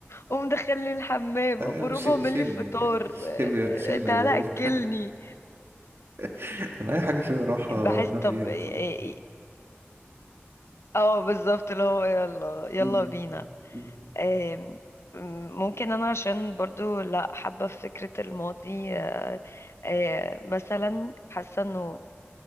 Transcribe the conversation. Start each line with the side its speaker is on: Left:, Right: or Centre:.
Left: قوم دخلني الحمام
Right: ايوه
Left: ابو روبا
Right: شي-
Left: اعمل
Right: شيلني
Left: لي فطار
Right: <laughs> شيلني
Left: آه،
Right: شيلني
Left: تعالى
Right: يا ابو روبو
Left: اكلني
Right: <laughs> انا اي حاجه فيها راحه
Left: بحس
Right: انا
Left: طب
Right: فيها
Left: اه
Right: بصراحه
Left: آه، آه، آه، بالظبط اللي هو يلا يلا
Right: مم.
Left: بينا
Right: مم.
Left: آم، ممكن انا عشان برضو لا حابة في فكرة الماضي آه، آه، مثلا حاسة انه